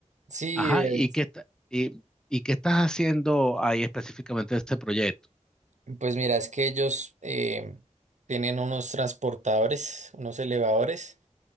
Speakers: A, on the right; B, in the centre.
A: Sí,
B: Ajá,
A: eh,
B: ¿y qué está- y, y qué estás haciendo ahí específicamente de este proyecto?
A: pues mira, es que ellos eh, tienen unos transportadores, unos elevadores.